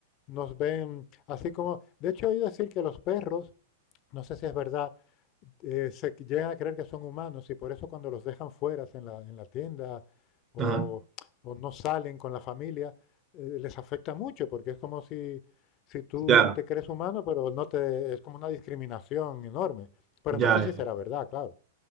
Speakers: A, on the left; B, on the right.
A: nos ven así como... De hecho, oí decir que los perros, no sé si es verdad, eh, se llegan a creer que son humanos y por eso cuando los dejan fuera en la, en la tienda o,
B: ajá,
A: o no salen con la familia, eh, les afecta mucho porque es como si si tú
B: ya.
A: te crees humano, pero no te, es como una discriminación enorme. Pero
B: Ya,
A: no sé
B: ya,
A: si será
B: ya.
A: verdad, claro,